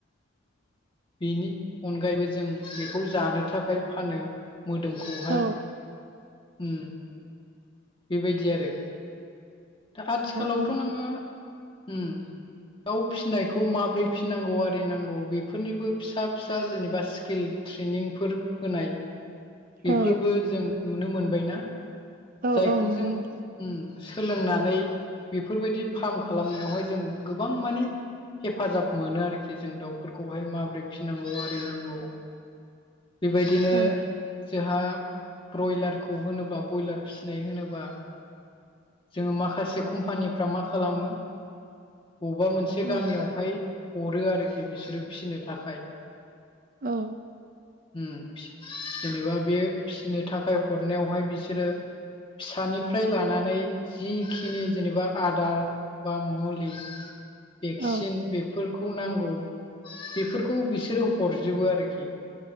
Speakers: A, on the left; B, on the right.
A: बेनि अनगायैबो जों बेखौ जानो थाखाय फानो मोदोमखौहाय
B: औ
A: उम बेबायदि आरो दा आथिखालावथ'
B: औ
A: नोङो उम दाउ फिसिनायखौ माबोरै फिसिनांगौ आरिनांगौ बे फोरनिबो फिसा फिसा जेनेबा स्किल ट्रेनिंफोर होनाय बेफोरबो
B: औ
A: जों नुनो मोनबायना
B: औ
A: जायखौ
B: औ नंगौ
A: जों
B: नोंथां
A: उम सोलोंनानै बेफोर बायदि फार्म खालामनायावहाय जों गोबां माने हेफाजाब मोनो आरोखि जों दाउफोर खौहाय माबोरै फिसिनांगौ आरिनांगौ बेबायदिनो
B: औ
A: जोहा ब्रयलारखौ होनोबा ब्रयलार फिसिनाय होनोबा जोङो माखासे कम्पानिफ्रा मा खालामो बबेबा मोनसे गामियावहाय
B: औ
A: हरो आरोखि बिसोरो फिनो थाखाय
B: औ
A: उम जेनेबा बे फिसिनो थाखाय हरनायावहाय बिसोरो फिसानिफ्राय लानानै जिखिनि जेनेबा आदार बा मु भेक्सिन
B: औ
A: बेफोरखौ नांगौ बेफोरखौ बिसोरो हरजोबो आरोखि